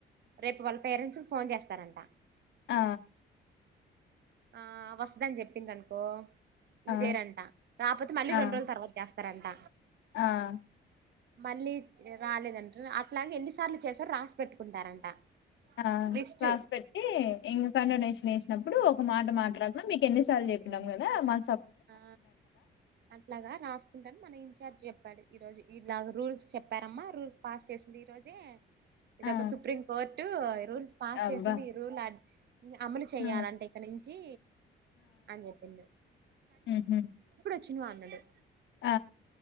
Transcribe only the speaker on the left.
ఆ
ఆ
ఆ
ఆ
ఆ
క్లాస్ పెట్టి ఇంగ్ కాండి నేషన్ నేసిన నప్పుడు ఒక మాట మాట్లాడిన మీక్ ఎన్ని సార్లు చెప్పినాం గదా మా
ఆ
అబ్బా
ఆ
ఊ హ
ఆ